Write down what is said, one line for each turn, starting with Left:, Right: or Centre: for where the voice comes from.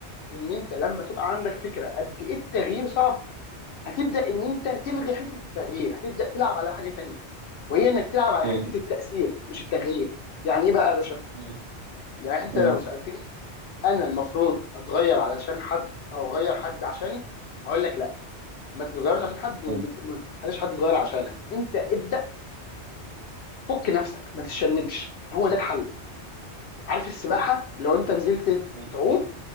Left: ان انت لما تبقى عندك فكره قد ايه التغيير صعب هتبدا ان انت تلغي حته التغيير هتبدا تلعب على حاجه تانيه وهي انك تلعب على
Right: مم.
Left: حته التاثير مش التغيير يعني ايه بقى يا باشا
Right: مم.
Left: يعني انت
Right: مم.
Left: لو سالتني انا المفروض اتغير علشان حد او اغير حد عشاني هقول لك لا ما تتغيرش عشان حد وما
Right: مم.
Left: ما تخليش حد يتغير عشانك انت ابدا فك نفسك ما تتشنجش هو ده الحل عارف السباحه لو انت نزلت
Right: مم.
Left: تعوم